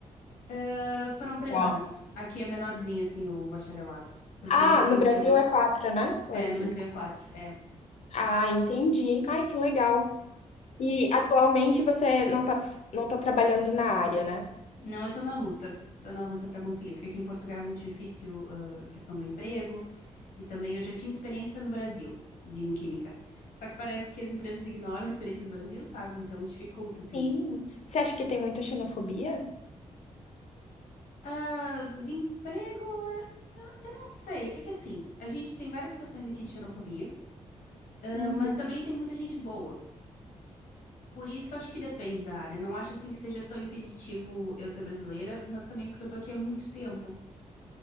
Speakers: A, on the left; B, on the left.
A: Ah, foram três
B: Uau.
A: anos. Aqui é menorzinho, assim, o bacharelado. Porque
B: Ah,
A: eles incentivam.
B: no Brasil é quatro, né? Ou
A: É,
B: é cinco?
A: no Brasil é quatro. É.
B: Ah, entendi. Ai, que legal. E atualmente você não tá, não tá trabalhando na área, né?
A: Não, eu tô na luta. Tô na luta pra conseguir, porque aqui em Portugal é muito difícil, ah, a questão do emprego. E também eu já tinha experiência no Brasil, de, em química. Só que parece que as empresas ignoram a experiência do Brasil, sabe? Então dificulta, assim.
B: Sim. Você acha que tem muita xenofobia?
A: Ah, emprego, eh, eu não sei. É que assim, a gente tem várias situações aqui de xenofobia, ah,
B: Uhum.
A: mas também tem muita gente boa. Por isso, acho que depende da área. Não acho assim que seja tão impeditivo eu ser brasileira, mas também porque eu tô aqui há muito tempo.